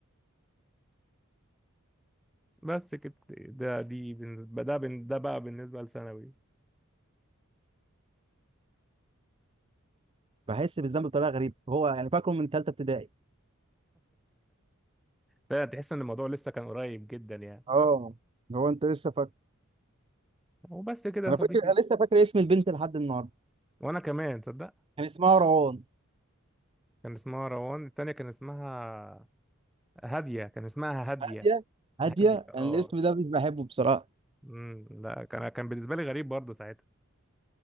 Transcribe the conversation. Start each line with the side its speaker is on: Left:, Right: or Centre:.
Centre: بس كده ده دي بالنسبة ده بن- ده بقى بالنسبة لثانوي
Right: بحس بالذنب بطريقة غريبة هو يعني فاكره من تالتة ابتدائي
Centre: ده تحس ان الموضوع لسه كان قريب جدا يعني
Right: أه هو أنت لسه فاكر
Centre: وبس كده يا
Right: أنا
Centre: صديقي
Right: فاكر أنا لسه فاكر اسم البنت لحد النهاردة
Centre: وانا كمان تصدق
Right: كان اسمها روان
Centre: كان اسمها روان التانية كان اسمها هادية كان اسمها هادية
Right: هادية هادية
Centre: هادية اه
Right: أنا الاسم ده مش بحبه بصراحة
Centre: امم لا كان كان بالنسبة لي غريب برضه ساعتها